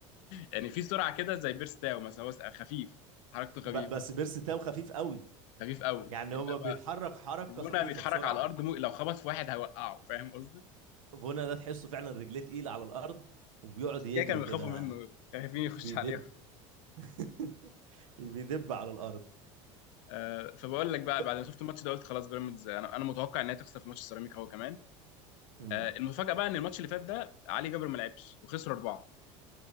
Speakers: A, on the left (about 70°); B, on the right (about 90°).
A: يعني في سرعة كده زي بيرستاو مثلا هو خفيف حركته خفيفة
B: ب- بس بيرس تاو خفيف قوي
A: خفيف قوي
B: يعني
A: انما
B: هو بيتحرك حركه
A: فيفونا
B: خفيفه
A: بيتحرك
B: بسرعه
A: على الارض مو... لو خبط في واحد هيوقعه فاهم قصدي
B: فونا ده تحسه فعلا رجليه تقيله على الارض وبيقعد
A: عشان
B: يجري
A: كده كانوا
B: كده
A: بيخافوا منه خايفين يخش
B: بيدب
A: عليهم
B: <laughs> بيدب على الارض
A: آه فبقول لك بقى
B: ب...
A: بعد ما شفت الماتش ده قلت خلاص بيراميدز انا انا متوقع ان هي تخسر في ماتش السيراميكا هو كمان
B: مم.
A: آه المفاجاه بقى ان الماتش اللي فات ده علي جبر ما لعبش وخسروا اربعه